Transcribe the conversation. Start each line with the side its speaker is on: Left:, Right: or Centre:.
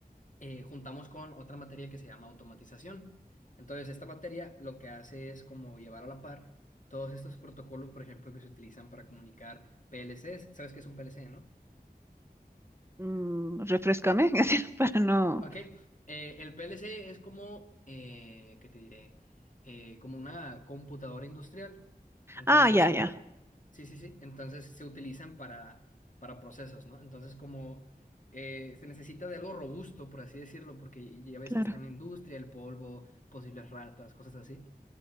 Left: eh, juntamos con otra materia que se llama automatización. Entonces, esta materia lo que hace es como llevar a la par todos estos protocolos, por ejemplo, que se utilizan para comunicar PLCs. ¿Sabes qué es un PLC, no?
Right: Mm, refrescame, <laughs> así para no.
Left: Ok, eh, el PLC es como, eh, ¿qué te diré? Eh, como una computadora industrial. Entonces,
Right: Ah, ya, ya.
Left: Sí, sí, sí. Entonces se utilizan para, para procesos, ¿no? Entonces como eh, se necesita de algo robusto, por así decirlo, porque ya ves
Right: Claro,
Left: que está en la industria, el polvo, posibles ratas, cosas así.